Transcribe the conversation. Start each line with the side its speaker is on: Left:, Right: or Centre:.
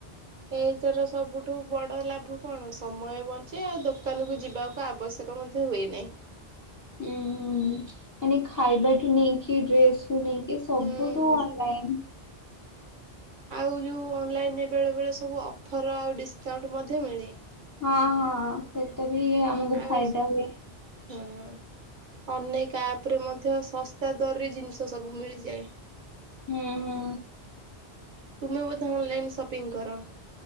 Right: ଏଇ ତର ସବୁଠୁ ବଡ ଲାଭ କଣ ସମୟ ବଞ୍ଚେ ଆଉ ଦୋକାନ କୁ ଯିବାକୁ ଆବଶ୍ୟକ ମଧ୍ୟ ସେ ହୁଏ ନାହିଁ।
Left: ଉଁ ହୁଁ ମାନେ ଖାଇବା ଠୁ ନେଇକି ଡ୍ରେସ୍ ତୁ ନେଇକି ସବୁ
Right: ହୁଁ
Left: ତୁ ଅନଲାଇନ୍।
Right: ଆଉ ଯୋଉ ଅନଲାଇନ୍ ରେ ବେଳେବେଳେ ସବୁ ଅଫର୍ ଆଉ ଡିସକାଉଣ୍ଟ ମଧ୍ୟ ମିଳେ।
Left: ହଁ ହଁ ସେଇଟା ବି ଆମକୁ
Right: ଆଉ
Left: ଫାଇଦା ହୁଏ।
Right: ହଁ। ଅନେକ ଆପ ରେ ମଧ୍ୟ ଶସ୍ତା ଦରରେ ଜିନିଷ ସବୁ ମିଳିଯାଏ।
Left: ହୁଁ ହୁଁ।
Right: ତୁମେ ବୋଧେ ଅନଲାଇନ ସପିଂ କର?